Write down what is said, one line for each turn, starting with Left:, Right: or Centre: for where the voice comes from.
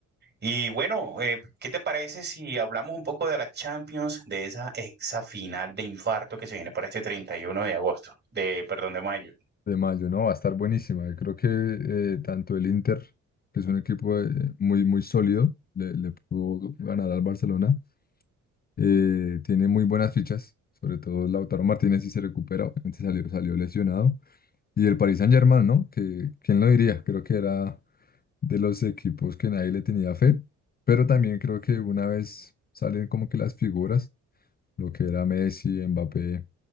Right: Y bueno, eh, ¿qué te parece si hablamos un poco de la Champions, de esa exa final de infarto que se viene para este 31 de agosto, de, perdón, de mayo?
Left: de mayo, ¿no? Va a estar buenísima. Yo creo que eh, tanto el Inter, que es un equipo eh, muy, muy sólido, le, le pudo ganar al Barcelona. eh, tiene muy buenas fichas, sobre todo Lautaro Martínez si se recupera, obviamente salió, salió lesionado. Y el Paris Saint-Germain, ¿no? Que, ¿quién lo diría? Creo que era de los equipos que nadie le tenía fe, pero también creo que una vez salen como que las figuras, lo que era Messi, Mbappé